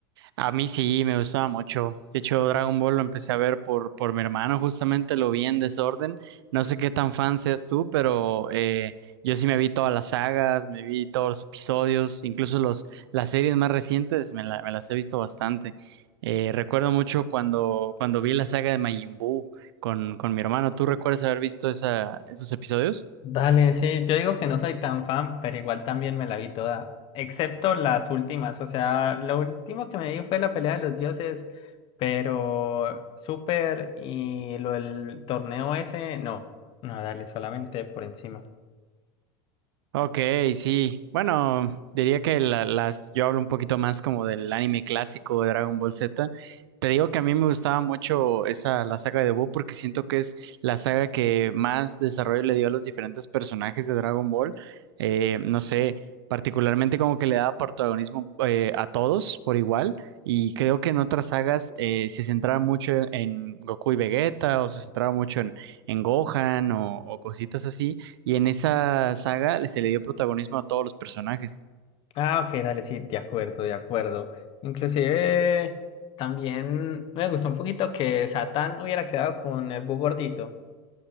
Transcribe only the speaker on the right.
A mí sí, me gustaba mucho. De hecho, Dragon Ball lo empecé a ver por, por mi hermano, justamente lo vi en desorden. No sé qué tan fan seas tú, pero eh, yo sí me vi todas las sagas, me vi todos los episodios, incluso los, las series más recientes, me, la- me las he visto bastante. Eh, recuerdo mucho cuando, cuando vi la saga de Majin Buu con, con mi hermano. ¿Tú recuerdas haber visto esa, esos episodios?
Ok, sí. Bueno, diría que la- las, yo hablo un poquito más como del anime clásico de Dragon Ball Z. Te digo que a mí me gustaba mucho esa, la saga de Buu porque siento que es la saga que más desarrollo le dio a los diferentes personajes de Dragon Ball. Eh, no sé, particularmente como que le daba protagonismo eh, a todos por igual. Y creo que en otras sagas eh, se centraba mucho en, en Goku y Vegeta o se centraba mucho en, en Gohan o o cositas así. Y en esa saga se le dio protagonismo a todos los personajes.